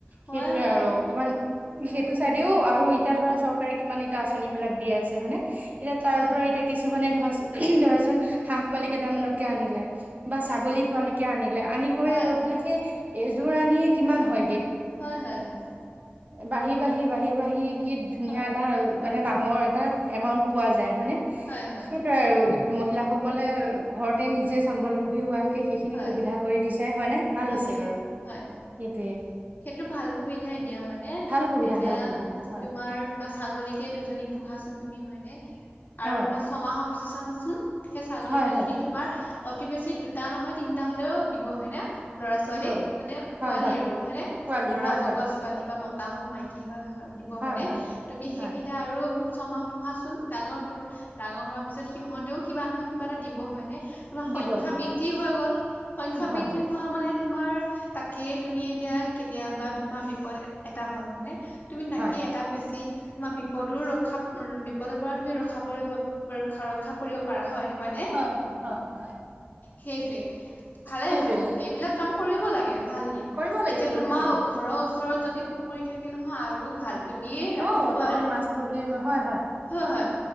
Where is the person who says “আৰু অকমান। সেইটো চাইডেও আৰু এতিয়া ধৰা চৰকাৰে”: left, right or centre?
Right